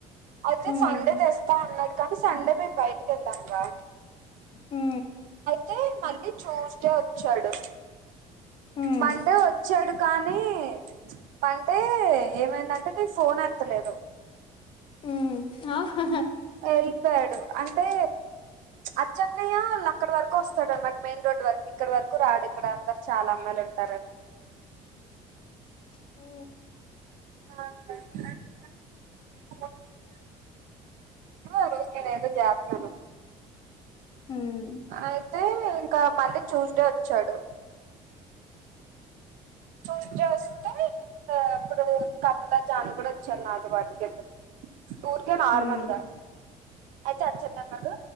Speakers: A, on the right; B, on the left.
A: అయితే
B: హ్మ్
A: సండే తె స్తా అన్నాడు కానీ సండే మేము బైటికెళ్ళాంగా
B: హు
A: తే మళ్ళీ ట్యూస్డే ఒచ్చాడు
B: హ్మ్
A: మండే ఒచ్చాడు కానీ మండే ఏమైందంటే నీ ఫోన్ ఎత్తలేదు
B: హ్మ్ ఆ హహ
A: ఎల్పోపోయాడు అంటే అచ్చన్నయ్య వాళ్ళక్కడి వరకు ఒస్తడు అన్నమాట మెయిన్ రోడ్ వర్కి ఇక్కడ వరకు రాడు ఇక్కడ అందరు చాలా అమ్మాయిలుంటారని
B: ఉ
A: <inaudible> ఒరోజు నేనేదో చేత్నాను
B: హ్మ్
A: <inaudible> ఐ తే ఇంకా మళ్ళీ ట్యూస్డే వచ్చాడు ట్యూస్ డే ఒస్తే అప్పుడు కమ్లా జాను కూడా ఒచ్చారు నాతో పాటు కిందకి ఊర్కే నార్మల్గా
B: హ్మ్
A: ఐతే అచ్చనన్నడు